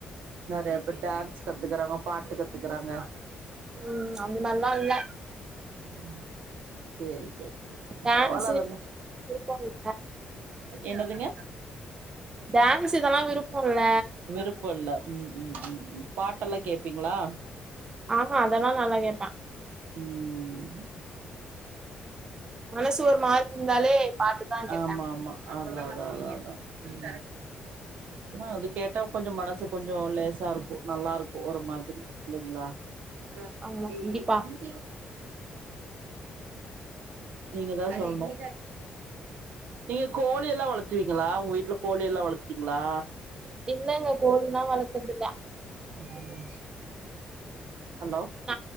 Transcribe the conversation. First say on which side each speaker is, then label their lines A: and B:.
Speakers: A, on the right (about 70°); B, on the right (about 20°).
A: நெறையப் இப்ப டான்ஸ் கத்துக்கறாங்க பாட்டு கத்துக்கறாங்க
B: ம் அந்த மார்ல்லா இல்ல
A: ம் சேரி சேரி சேர்
B: டான்ஸு
A: பரவால்ல அதல்லா
B: விருப்போ இல்ல
A: என்னதுங்க
B: டான்ஸ்க்கு எல்லா விருப்ப இல்ல
A: விருப்ப இல்ல ம்ம்ம்ம் பாட்டெல்லா கேப்பீங்களா
B: அ அதல்லா நல்லா கேப்ப
A: ம்
B: மனசு ஒரு மாரி இருந்தாலே பாட்டுதா கேப்பே
A: ஆமா ஆமா அதாதா அதா அதா ம் ம் அ அது கேட்டா கொஞ்சோ மனசு கொஞ்சோ லேசாருக்கும் நல்லாருக்கும் ஒரு மாதிரி இல்லீங்களா அ
B: ஆமா கண்டிப்பா
A: ம் நீங்கதா சொல்னு நீங்க கோழியெல்லா வளத்துவீங்களா ஒங்க வீட்ல கோழியெல்லா வளத்த வீங்களா
B: இல்லங்க கோழில்லா வளக்குறதில்ல
A: ம் ஹலோ
B: நா